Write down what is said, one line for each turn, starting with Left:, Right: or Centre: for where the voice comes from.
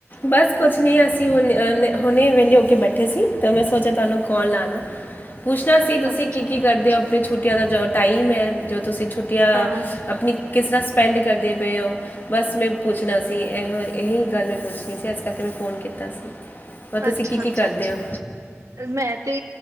Left: ਬਸ ਕੁਛ ਨਹੀ ਅਸੀਂ ਹੁ ਹੁਣੇ ਵੇਲੇ ਹੋ ਕੇ ਬੈਠੇ ਸੀ ਤੇ ਮੈਂ ਸੋਚਿਆ ਤੁਹਾਨੂੰ ਕਾਲ ਲਾਣਾ <unintelligible> ਪੁੱਛਣਾ ਸੀ ਤੁਸੀਂ
Right: ਅੱਛਾ
Left: ਕੀ ਕੀ ਕਰਦੇ ਓ ਆਪਣੀ ਛੁੱਟੀਆਂ ਦਾ ਜੋ ਟਾਈਮ ਐ ਜੋ ਤੁਸੀਂ ਛੁੱਟੀਆਂ
Right: ਹਾਂ
Left: ਆਪਣੀ ਕਿਸ ਤਰ੍ਹਾਂ ਸਪੈਂਡ ਕਰਦੇ ਪਏ ਹੋ ਬਸ ਮੈਂ ਪੁੱਛਣਾ ਸੀ ਇਹੋ ਇਹੀ ਗੱਲ ਮੈਂ ਪੁੱਛ ਨਹੀਂ ਸੀ ਇਸ ਕਰਕੇ ਮੈਂ ਫੋਨ ਕੀਤਾ ਸੀ ਬਸ ਤੁਸੀਂ
Right: ਅੱਛਾ
Left: ਕੀ
Right: ਅੱਛਾ
Left: ਕੀ ਕਰਦੇ ਹੋ
Right: ਮੈਂ ਤੇ